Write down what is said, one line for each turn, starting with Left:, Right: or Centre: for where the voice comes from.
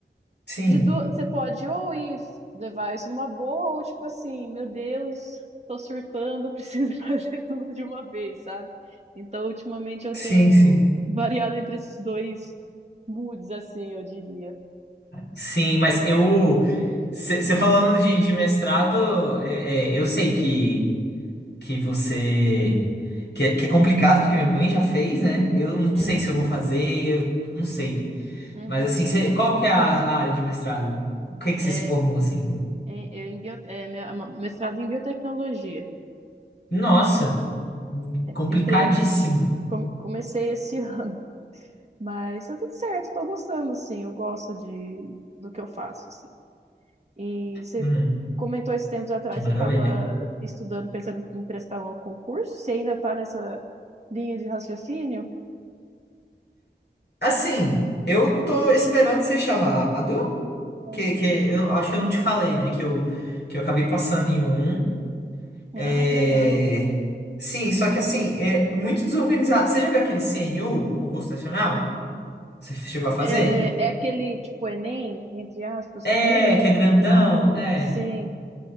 Left: Sim.
Right: de du- Você pode ou ir levar isso numa boa, ou tipo assim, meu Deus, tô surtando, <laughs> preciso fazer tudo de uma vez, sabe? Então, ultimamente eu
Left: Sim,
Right: tenho
Left: sim.
Right: variado entre esses dois moods, assim, eu diria.
Left: Sim, mas
Right: Mas
Left: eu.
Right: tudo certo.
Left: Você falando de, de mestrado, é, é, eu sei que, que você. Que, é- que é complicado, porque minha mãe já fez, né? Eu não
Right: Hum,
Left: sei se eu vou fazer, eu não sei.
Right: uhum.
Left: Mas assim, você- qual que é a, a área de mestrado? O que é que
Right: É,
Left: você se formou assim?
Right: em- eu em bio- é, minha- ma- mestrado em biotecnologia.
Left: Nossa, complicadíssimo.
Right: Entrei, com- comecei esse <laughs> ano, mas tá tudo certo, tô gostando, assim, eu gosto de, do que eu faço, assim. E você
Left: Uhum,
Right: comentou esses tempos atrás,
Left: que maravilha.
Right: você estava estudando, pensando em prestar um concurso? Você ainda está nessa linha de raciocínio?
Left: Assim, eu tô esperando ser chamado,
Right: Uhum.
Left: que, que eu acho que eu não te falei, né? Que eu, que eu acabei passando em um.
Right: Ah,
Left: É...
Right: que legal.
Left: Sim, só que assim, é muito desorganizado. Você já viu aquele CNU, concurso nacional? Você chegou a fazer?
Right: É, é aquele tipo Enem, entre aspas,
Left: É,
Right: que teve?
Left: que é grandão,
Right: Tá,
Left: é.
Right: sim,